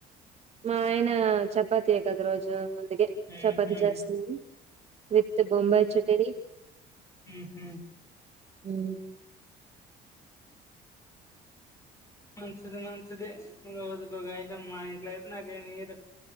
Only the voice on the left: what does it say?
ఉహు
ఉమ్ హు
మంచిది మంచిది రోజుకి ఒక ఐటమ్ మా ఇంట్లో అయితే నాకే మీరు